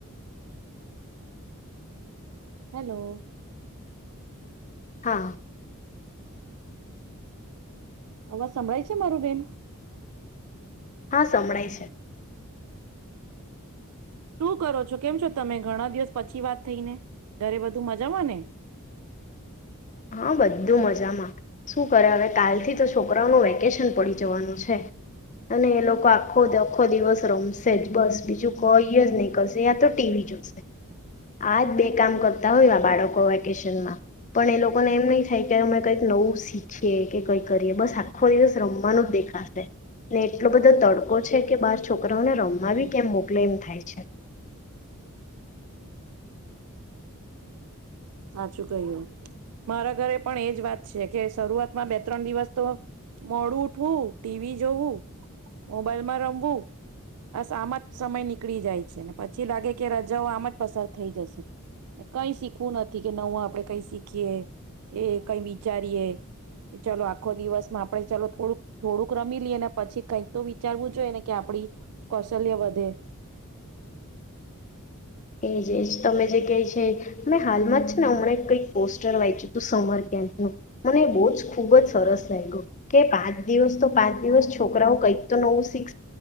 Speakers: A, on the right; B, on the left.
A: હેલો.
B: હા.
A: અવા સાંભળાાય છે મારુબેન.
B: હા સંભળાય છે.
A: શું કરો છો કેમ છો તમે ઘણા દિવસ પછી વાત થઈ ને ઘરે બધું મજામાં ને?
B: હા બધું મજામાં શું કરે હવે કાલથી તો છોકરાઓ ન વેકેશન પડી જવાનું છે અને એ લોકો આખોખો દિવસ રમશે જ બસ બીજું કોઈ જ નીકળશે. ત્યા તો ટીવી જોશે આજ બે મ કરતા હોય બાળકો વેકેશનમાં પણ એ લોકો લોકોને એમ નહી થાય કે અમે કઈક નવું શીખ કે કઈ કરીએ બસ આખો દિવસ રમવાનો જ દેખાશે ને એટલો બધો ો તડકો છે કે બાર છોકરાઓને રમવી કેમ મોકલે એમ થાય છે.
A: સાચું કહ્યું, મારા ઘરે પણ એજ વાત છે કે શરૂઆતમાં બે ત્રણ દિવસ તો મોડું ઉઠવું ટીવી જોવું, મોબાઈલમાં રમવું, બસ આમાં જ સમય નીકળી જાય છે ને પછી લાગે કે રજાઓ આમ જ પસાર થઈ જશે, કઈ શીખવું નથી. કે નવું આપડણે કઈ શીખીએ, કે કઈ વિચારીએ, કે ચલો આખો દિવસમાં આપણે ચલો થોડુંક થોડુંક રમી લઈએ ને પછી કઈક તો વિચારવું જોઈએ ને કે આપડી, કૌશલ્ય વધે.
B: એજ એજ તમે જે કહે છે, મેં હાલમાં જ છે ને હમણાં કંઈક પોસ્ટર વાંચ્યું હતું સમર કેમ્પનું, મને બહુ જ ખુબ જ સરસ લાગ્યો કે પાંચ દિવસ તો પાંચ દિવસ છોકરાઓ કંઈક તો નવું શીખ